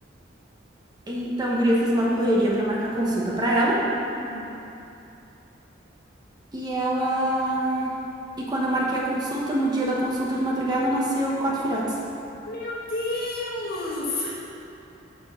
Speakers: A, on the right (about 20°); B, on the left (about 50°).
A: Então, guria, fiz uma correria pra marcar consulta pra ela.
B: Uhum.
A: E ela. E quando eu marquei a consulta, no dia da consulta de madrugada, nasceu quatro filhotes.
B: Meu Deus!